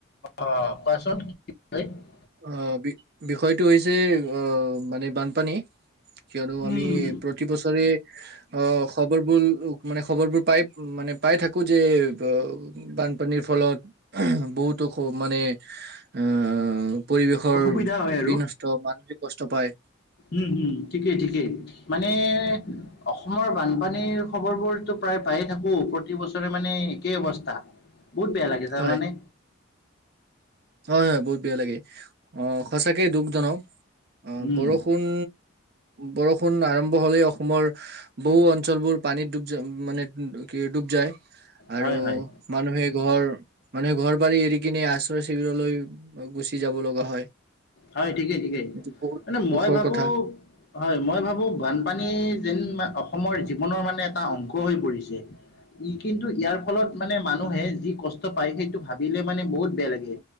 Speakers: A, on the left (about 50°); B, on the right (about 50°).
A: অ কোৱাচোন কি <unintelligible>
B: অ বি-বিষয়টো হৈছে অ মানে বানপানী। কিয়নো আমি
A: উম,
B: প্ৰতিবছৰে অ খবৰবোৰ মানে খবৰবোৰ পাই মানে পাই থাকো যে ব বানপানীৰ ফলত বহুতো খ মানে আ পৰিৱেশৰ
A: অসুবিধা হয়
B: বিনষ্ট, মানসিক কষ্ট পায়,
A: উম হম ঠিকেই ঠিকেই। মানে অসমৰ বানপানীৰ খবৰ বোৰতো প্ৰায় পায়ে থাকো, পৰ প্ৰতি বছৰে মানে একেই অবস্থা বহুত বেয়া লাগে জানানে
B: হয় হয় হয় বহুত বেয়া লাগে, অ সঁচাকয় দুখজনক। অ
A: উম,
B: বৰষুণ বৰষুণ আৰম্ভ হ'লেই অসমৰ বহু অঞ্চলবোৰ পানীত ডুব য মানে কি ডুব যায়। আৰু
A: হয় হয়
B: মানুহে ঘৰ মানুহে ঘৰ বাৰী এৰি কিনে আছ শিবিৰলৈ গুচি যাব লগা হয়।
A: হয় ঠিকেই ঠিকেই
B: এইটো বহুত
A: মানে
B: দুখৰ
A: মই ভাবো
B: কথা
A: হয় মই ভাবো বানপানী যেন অসমৰ জীৱনৰ মানে এটা অংশ হৈ পৰিছে। ই কিন্তু ইয়াৰ ফলত মানে মানুহে যি কষ্ট পায় সেইটো ভাবিলে মানে বহুত বেয়া লাগে।